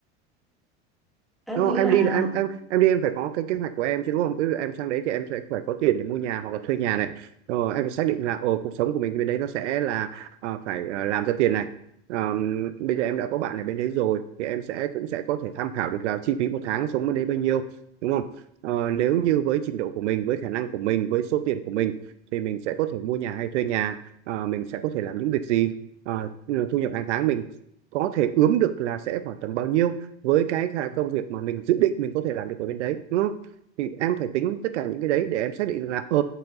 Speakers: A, in the centre; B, on the right.
A: em
B: Đúng
A: nghĩ
B: em
A: là
B: đi là em em em đi em phải có cái kế hoạch của em chứ đúng không? Ví dụ em sang đấy thì em sẽ phải có tiền để mua nhà hoặc là thuê nhà này. Rồi em phải xác định là ồ cuộc sống của mình bên đấy nó sẽ là ờ, phải ờ, làm ra tiền này. Ờm, bây giờ em đã có bạn ở bên đấy rồi thì em sẽ cũng sẽ có thể tham khảo được là chi phí một tháng sống bên đấy bao nhiêu đúng không? Ờ, nếu như với trình độ của mình, với khả năng của mình, với số tiền của mình thì mình sẽ có thể mua nhà hay thuê nhà, Ờ, mình sẽ có thể làm những việc gì, Ờ, thu nhập hàng tháng mình có thể ướm được là sẽ khoảng tầm bao nhiêu với cái khả- công việc mà mình dự định mình có thể làm được ở bên đấy đúng không? Thì em phải tính tất cả những cái đấy để em xác định là ờ